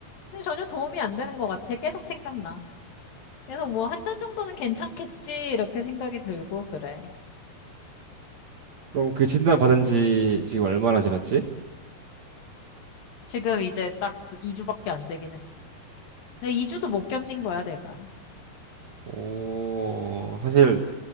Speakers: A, on the left; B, on the right.
A: 근데 전혀 도움이 안 되는 것 같아. 계속 생각나. 계속 뭐, 한 잔 정도는 괜찮겠지. 이렇게 생각이 들고, 그래.
B: 그럼 그 진단 받은 지 지금 얼마나 지났지?
A: 지금 이제 딱 두, 2주밖에 안 되긴 했어. 근데 2주도 못 견딘 거야, 내가.
B: 어, 사실,